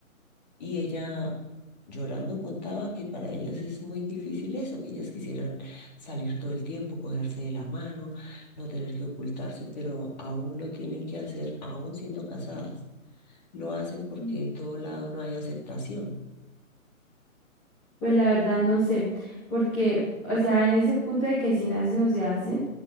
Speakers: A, on the left; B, in the centre.
A: Y ella llorando contaba que para ellas es muy difícil eso, que ellas quisieran salir todo el tiempo, cogerse de la mano, no tener que ocultarse, pero aún lo tienen que hacer, aún siendo casadas. Lo hacen porque
B: <laughs>
A: en todo lado no hay aceptación.
B: Pues la verdad no sé, porque, o sea, en ese punto de que si nacen o se hacen,